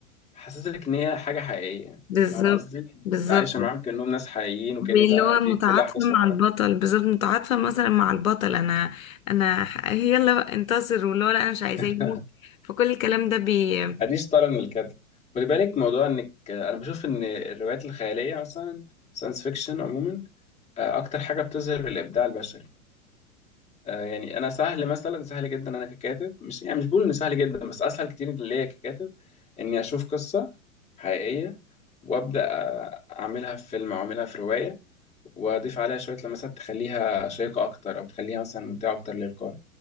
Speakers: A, on the left; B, on the left.
A: حسسك ان هي حاجة حقيقية
B: بالظبط
A: فاهم قصدي؟ انت
B: بالظبط
A: عايشة معاهم كأنهم ناس حقيقيين وكأن
B: اللي
A: ده
B: هو
A: دي
B: متعاطفة
A: كل أحداث
B: مع
A: واقعية
B: البطل بالظبط متعاطفة مثلا مع البطل انا انا ح- يلا بقى انتصر واللي هو لا انا مش عايزاه
A: <laughs>
B: يموت فكل الكلام ده بي
A: دي شطارة من الكاتب خلي بالك موضوع انك انا بشوف ان الروايات الخيالية مثلا ساينس فيكشن عموما آه، اكتر حاجه بتظهر الابداع البشري آه، يعني انا سهل مثلا سهل جدا انا ككاتب مش يعني مش بقول ان سهل جدا بس اسهل كتير ليا ككاتب اني اشوف قصه حقيقيه وابدا آه، اعملها في فيلم او اعملها في روايه واضيف عليها شويه لمسات تخليها شيقه اكتر او تخليها مثلا ممتعه اكتر للقارئ